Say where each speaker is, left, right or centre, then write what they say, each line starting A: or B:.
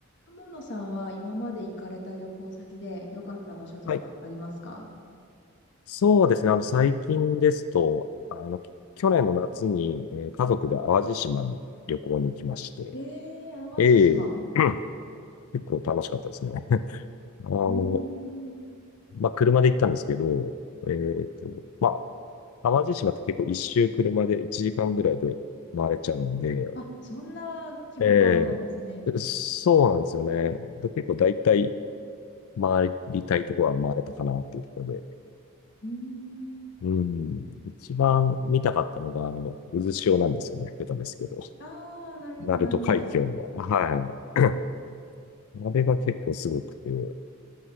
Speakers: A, on the left; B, on the left.
A: 友野さんは今まで行かれた旅行先で良かった場所とかありますか
B: はい。そうですね。あの、最近ですと、あの、き去年の夏に、えー家族で淡路島に旅行に行きまして、
A: えー、淡路島。
B: ええ <clears throat> 結構楽しかったですね。<laughs> あの、
A: うーん。
B: まあ、車で行ったんですけど、えーと、まあ、淡路島って結構一周車で1時間ぐらいで回れちゃうんで、
A: あ、そんな規模感なんですね。
B: ええそうなんですよね。で、結構大体回りたいところは回れたかなっていうところ
A: うーん。
B: うん。一番見たかったのが、あの、渦潮なんですよね。ベタですけど。
A: ああ、なるほど、
B: 鳴門海峡の。
A: なるほど。
B: はい。あれが結構すごくて、